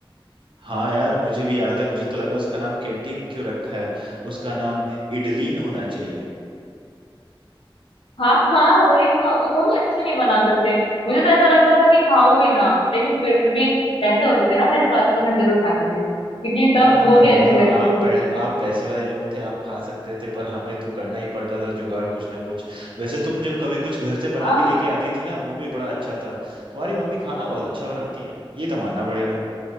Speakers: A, on the right; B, on the left.
A: हाँ यार मुझे भी याद है मुझे तो लगा उसका नाम कैंटीन क्यों रखा है उसका नाम इडलीन होना चाहिए
B: हाँ हाँ वही तो और वो भी अच्छे नहीं बनाते थे मुझे तो ऐसा लगता था कि खाऊं ही ना लेकिन फिर भी पैसे होते थे ना मेरे पास तो मैं जरूर खाती थी क्योंकि तब
A: हाँ
B: वो
A: हाँ
B: भी अच्छी लगती
A: आप
B: थी
A: पै, आप पैसे वाले लोग थे आप खा सकते थे पर हमें तो करना ही पड़ता था जुगाड़ कुछ ना कुछ वैसे तुम जब कभी कुछ घर से
B: हाँ
A: बना के लेके आती थी ना वो भी बड़ा अच्छा था तुम्हारी मम्मी खाना बहुत अच्छा बनाती है ये तो मानना पड़ेगा